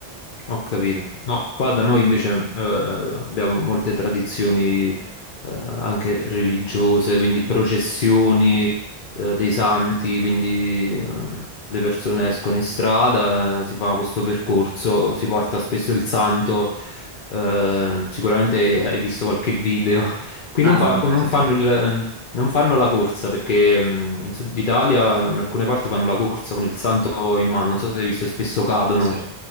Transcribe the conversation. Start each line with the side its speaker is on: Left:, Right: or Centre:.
Left: Ho capito. No, qua da noi invece eh, abbiamo molte tradizioni eh, anche religiose, quindi processioni eh, dei santi, quindi ehm, le persone escono in strada, eh, si fa questo percorso, si porta spesso il santo, eh, sicuramente hai visto qualche video. Qui
Right: Ah,
Left: non fa-
Right: vabbè,
Left: non
Right: sì,
Left: fanno
Right: sì.
Left: il, ehm, non fanno la corsa perché mh, in Sud Italia in alcune parti fanno la corsa con il santo in mano, non so se hai visto, e spesso cadono.
Right: Sì.